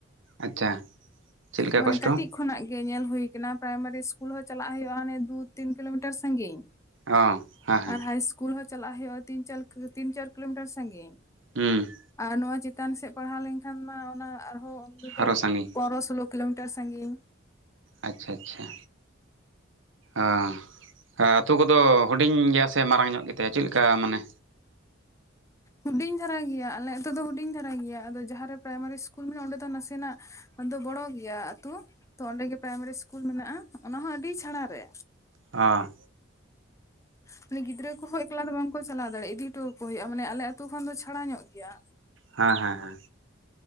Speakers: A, on the right (about 70°); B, on the left (about 15°).
A: ᱟᱪᱪᱷᱟ᱾ ᱪᱮᱫ ᱞᱮᱠᱟ
B: ᱢᱟᱱᱮ
A: ᱠᱚᱥᱴᱚ
B: ᱠᱟᱹᱴᱤᱡ ᱠᱷᱚᱱᱟᱜ ᱜᱮ ᱧᱮᱞ ᱦᱳᱭ ᱠᱟᱱᱟ ᱯᱨᱟᱭᱢᱟᱨᱤ ᱤᱥᱠᱩᱞ ᱦᱚᱸ ᱪᱟᱞᱟᱜ ᱦᱩᱭᱩᱜ-ᱟ ᱱᱤᱛ ᱫᱩ, ᱛᱤᱱ ᱠᱤᱞᱳ ᱢᱤᱴᱟᱨ ᱥᱟᱺᱜᱤᱧ,
A: ᱚ ᱦᱮᱸ ᱦᱮᱸ
B: ᱟᱨ ᱦᱟᱭ ᱤᱥ ᱠᱩᱞ ᱦᱚᱸ ᱪᱟᱞᱟᱜ ᱦᱩᱭᱩᱜ-ᱟ ᱛᱤᱱ ᱪᱟᱞ ᱛᱤᱱ ᱪᱟᱨ ᱠᱤᱞᱳ ᱢᱤᱴᱟᱨ ᱥᱟᱺᱜᱤᱧ᱾
A: ᱦᱩᱸ᱾
B: ᱟᱨ ᱱᱚᱣᱟ ᱪᱮᱛᱟᱱ ᱥᱮᱫ ᱯᱟᱲᱦᱟᱣ ᱞᱮᱱᱠᱷᱟᱱ ᱢᱟ ᱚᱱᱟ ᱟᱨᱦᱚᱸ <unintelligible>
A: ᱟᱨᱚ ᱥᱟᱺᱜᱤᱧ
B: ᱯᱚᱱᱨᱚ, ᱥᱳᱞᱳ ᱠᱤᱞᱳ ᱢᱤᱴᱟᱨ ᱥᱟᱺᱜᱤᱧ᱾
A: ᱟᱪᱪᱷᱟ ᱟᱪᱪᱷᱟ, ᱚᱸᱻ ᱟᱛᱳ ᱠᱚᱫᱚ ᱦᱩᱰᱤᱧ ᱜᱮᱭᱟ ᱥᱮ ᱢᱟᱨᱟᱝ ᱧᱚᱜ ᱜᱮᱛᱮ ᱪᱮᱫ ᱞᱮᱠᱟ ᱢᱟᱱᱮ?
B: ᱦᱩᱰᱤᱧ ᱫᱷᱟᱨᱟ ᱜᱮᱭᱟ ᱟᱞᱮ ᱟᱹᱛᱳ ᱫᱚ ᱦᱩᱰᱤᱧ ᱫᱷᱟᱨᱟ ᱜᱮᱭᱟ ᱟᱫᱚ ᱡᱟᱦᱟᱸ ᱨᱮ ᱯᱨᱟᱭᱢᱟᱨᱤ ᱤᱥᱠᱩᱞ ᱢᱮᱱᱟᱜ-ᱟ ᱚᱸᱰᱮ ᱫᱚ ᱱᱟᱥᱮᱱᱟᱜ ᱚᱱᱟ ᱫᱚ ᱵᱚᱲᱚ ᱜᱮᱭᱟ ᱟᱛᱩ, ᱛᱚ ᱚᱸᱰᱮ ᱜᱮ ᱯᱨᱟᱭᱢᱟᱨᱤ ᱤᱥᱠᱩᱞ ᱢᱮᱱᱟᱜ-ᱟ ᱚᱱᱟᱦᱚᱸ ᱟᱹᱰᱤ ᱪᱷᱟᱲᱟ ᱨᱮ᱾
A: ᱚᱸ᱾
B: ᱢᱟᱱᱮ ᱜᱤᱫᱽᱨᱟᱹ ᱠᱚᱦᱚᱸ ᱮᱠᱞᱟ ᱫᱚ ᱵᱟᱝ ᱠᱚ ᱪᱟᱞᱟᱣ ᱫᱟᱲᱮᱭᱟᱜ-ᱟ ᱤᱫᱤ ᱦᱚᱴᱚ ᱟᱠᱚ ᱦᱩᱭᱩᱜ-ᱟ, ᱢᱟᱱᱮ ᱟᱞᱮ ᱟᱛᱩ ᱠᱷᱚᱱ ᱫᱚ ᱪᱷᱟᱲᱟ ᱧᱚᱜ ᱜᱮᱭᱟ᱾
A: ᱦᱮᱸ ᱦᱮᱸ ᱦᱮᱸ᱾